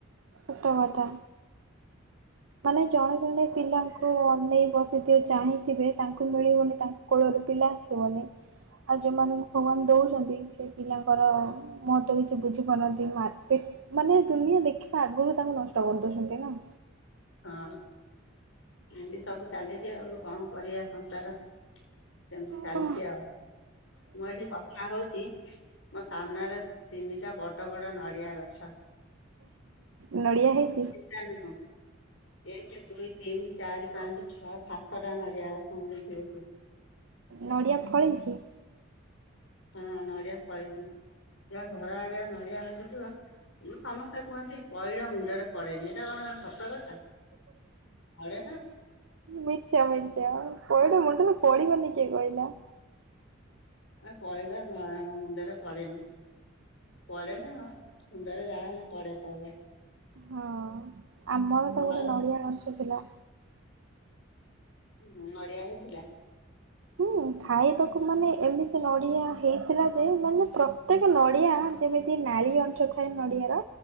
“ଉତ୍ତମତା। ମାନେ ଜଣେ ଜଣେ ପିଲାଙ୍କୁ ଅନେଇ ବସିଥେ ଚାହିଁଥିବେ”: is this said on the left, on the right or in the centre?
Right